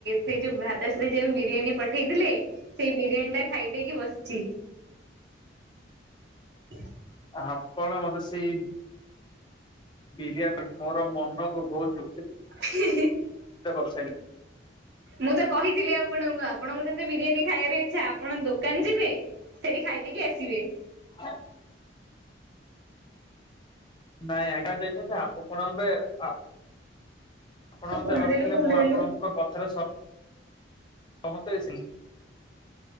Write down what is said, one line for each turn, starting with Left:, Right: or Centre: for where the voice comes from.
Right: ସେଇ ଯୋଉ ଭ୍ରତାଶ୍ରୀ ଯେଉ ବିରିୟାନୀ ପଠେଇଥିଲେ ସେଇ ବିରିୟାନୀଟା ଖାଇ ଦେଇକି ବସିଛି। <inaudible>
Left: ଆପଣ ମତେ ସେଇ ବିରିୟାନୀ ମୋର ମନକୁ ବହୁତ ଦୁଖିତ
Right: <inaudible>
Left: କରି ସାଇଲେଣି।
Right: ମୁଁ ତ କହିଥିଲି ଆପଣଙ୍କୁ ଆପଣଙ୍କୁ ଯଦି ବିରିୟାନୀ ଖାଇବାର ଇଚ୍ଛା ଆପଣ ଦୋକାନ ଯିବେ ସେଠି ଖାଇ ଦେଇକି ଆସିବେ।
Left: <inaudible> ନାଇଁ ଆଜ୍ଞା ଦେଇଛନ୍ତି ଆପଣ କଣ ଏବେ ଆପଣ
Right: ତ
Left: <unintelligible>
Right: ଫୋନ ଟା ଦେଲୁ ଫୋନ
Left: ମୁଁ
Right: ଟା ଦେଲୁ
Left: ଆପଣ ଙ୍କ କଥାରେ ସମସ୍ତେ।